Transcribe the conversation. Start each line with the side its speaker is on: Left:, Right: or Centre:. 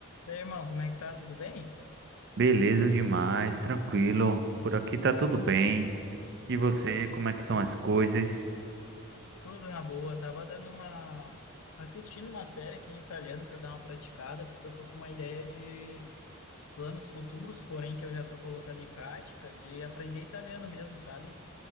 Left: E aí, irmão, como é que tá? Tudo bem?
Right: Beleza demais, tranquilo. Por aqui tá tudo bem. E você, como é que estão as coisas?
Left: Tudo na boa. Tava dando uma assistindo uma série aqui em italiano para dar uma praticada, porque eu tô com uma ideia de planos futuros, porém que eu já tô colocando em prática, de aprender italiano mesmo, sabe?